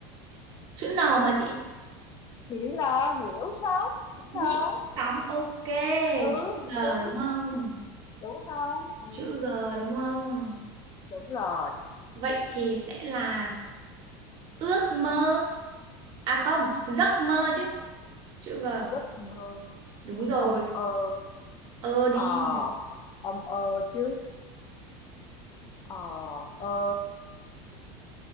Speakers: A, on the right (about 50°); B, on the left (about 30°).
A: chữ N mà chị
B: thì đứa lo nhiễu sóng đứa lo
A: nhịn sóng ok
B: ừ
A: chữ G
B: ừ
A: đúng không
B: đúng không ừ,
A: chữ G đúng không
B: đúng rồi
A: vậy thì sẽ là ước mơ à không giấc mơ chứ chữ G
B: giấc mơ
A: đúng rồi
B: âm ơ
A: ơ đi
B: ờ âm ơ chứ ờ ơ